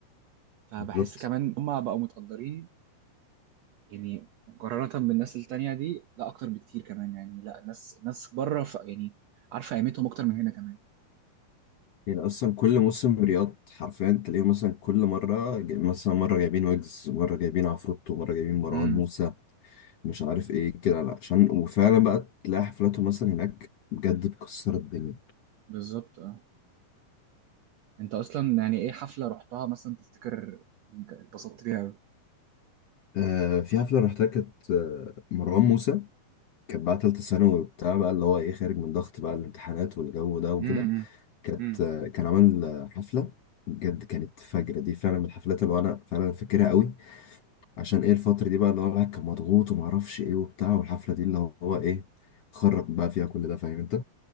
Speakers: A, on the right (about 70°); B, on the left (about 60°).
A: فبحس
B: بالظبط
A: كمان هم بقوا متقدرين يعني مقارنة بالناس التانية دي لا اكتر بكتير كمان يعني لا الناس الناس بره ف... يعني عارفة قيمتهم اكتر من هنا كمان
B: يعني اصلا كل موسم رياض حرفيا تلاقيه مثلا كل مره جاي- مثلا مره جايبين ويجز مره جايبين عفروتو مره جايبين مروان
A: امم
B: موسى مش عارف ايه كده لا عشان وفعلا بقى تلاقي حفلاتهم مثلا هناك بجد بتكسر الدنيا
A: بالظبط اه انت اصلا يعني ايه حفله رحتها مثلا تفتكر انت اتبسطت فيها قوي
B: آه في حفلة رحتها كانت آه، مروان موسى كانت بقى تالتة ثانوي وبتاع بقى اللي هو ايه خارج من ضغط بقى الامتحانات والجو ده وكده
A: امم
B: كانت
A: امم
B: آه، كان عامل آه، حفلة بجد كانت فجرة دي فعلا من الحفلات اللي انا فعلا فاكرها قوي عشان ايه الفترة دي بقى اللي هو الواحد كان مضغوط ومعرفش ايه وبتاع والحفلة دي اللي هو هو ايه خرج بقى فيها كل ده فاهم انت